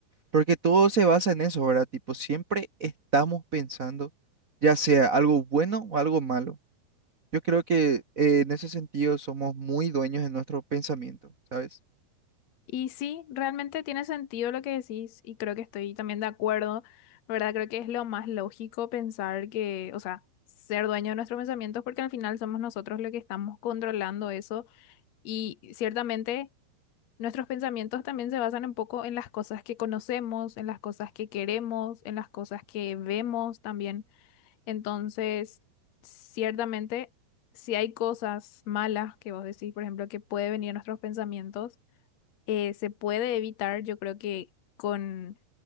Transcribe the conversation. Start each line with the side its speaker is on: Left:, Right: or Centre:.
Right: Porque todo se basa en eso, ¿verdad? Tipo, siempre estamos pensando, ya sea algo bueno o algo malo. Yo creo que eh, en ese sentido somos muy dueños de nuestro pensamiento, ¿sabes?
Left: Y sí, realmente tiene sentido lo que decís y creo que estoy también de acuerdo, ¿verdad? Creo que es lo más lógico pensar que, o sea, ser dueño de nuestros pensamientos porque al final somos nosotros los que estamos controlando eso y ciertamente... Nuestros pensamientos también se basan un poco en las cosas que conocemos, en las cosas que queremos, en las cosas que vemos también. Entonces, ciertamente, si hay cosas malas que vos decís, por ejemplo, que puede venir a nuestros pensamientos, eh, se puede evitar, yo creo que con